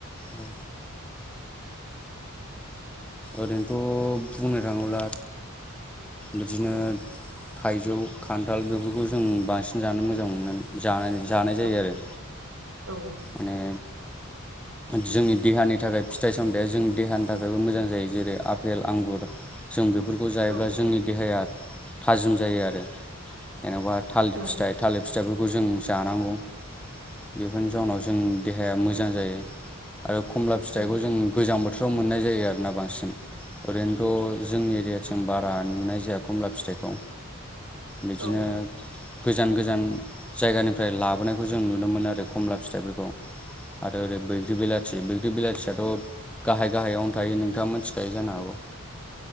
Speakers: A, in the centre; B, on the right.
A: औ ओरैनोथ' बुंनो थाङोब्ला बिदिनो थाइजौ खान्थाल बेफोरखौ जों बांसिन जानो मोजां मोनो जानानै जानाय जायो
B: औ
A: आरो
B: औ
A: माने जोंनि देहानि थाखाय फिथाइ सामथाइया जोंनि देहानि थाखायबो मोजां जायो जेरै आपेल आंगुर जों बेफोरखौ जायोब्ला
B: औ
A: जोंनि देहाया थाजिम जायो आरो जेन'बा थालिर
B: औ
A: फिथाइ थालिर फिथाइफोरखौ जों जानांगौ बेफोरनि जाउनाव जों देहाया मोजां जायो आरो खमला फिथाइखौ
B: उम
A: जों गोजां बोथोराव मोननाय जायो आरो ना बांसिन ओरैनोथ' जोंनि एरियाथिं बारा नुनाय जाया खमला फिथाइखौ बिदिनो
B: औ
A: गोजान गोजान जायगानिफ्राय लाबोनायखौ जों नुनो मोनो आरो खमला फिथाइफोरखौ। आरो <unintelligible> बैग्रि बिलाथि बैग्रि बिलाथियाथ' गाहाय गाहायावनो थायो नोंथाङा मिथिखायो जानो हागौ।